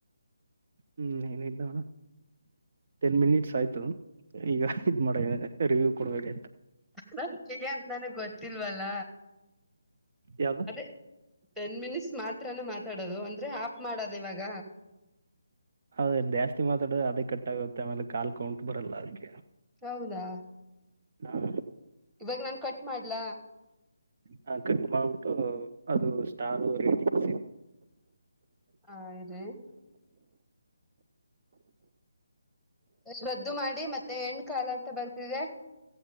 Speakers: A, on the right; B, in the centre.
A: ಹ್ಮ್ ಏನಿದ್ದಾವಣ ಟೆನ್ ಮಿನಿಟ್ಸ್ ಆಯ್ತು ಈಗ ಇದ್ ಮಾಡೇ ರಿವ್ಯೂ ಕೊಡ್ಬೇಕ
B: ನ ಹಗೆ ಅಂತ ನನಗ್ ಗೊತ್ತಿಲ್ವಲ್ಲ
A: ಯಾಗ
B: ಅದೇ ಟೆನ್ ಮಿನಿಟ್ಸ್ ಮಾತ್ರಾನ ಮಾತಾಡೋದು ಅಂದ್ರೆ ಆಫ ಮಾಡದು ಇವಾಗ
A: ಹೌದ ಜಾಸ್ತಿ ಮಾತಾಡ್ರೆ ಅದೇ ಕಟ್ಾಗುತ್ತೆ ಆಮೇಲೆ ಕಾಲ್ ಕೌಂಟಟ್ ಬರಲ್ಲ ಅದಕ್ಕೆ
B: ಹೌದಾ
A: ಹಾ
B: ಇವಾಗ ನಾನ್ ಕಟ್ ಮಾಡ್ಲ
A: ಹ ಕಟ್ ಮಾಡ್ಬಿಟ್ಟು ಅದು ಸ್ಟಾರ ರೇಟಿಂಗ್
B: ಹಾ ಇದೆೇ ರದ್ದು ಮಾಡಿ ಮತ್ತೆ ಹೆಣ ಕಾಲ ಅಂತ ಬರ್ತಿದೆ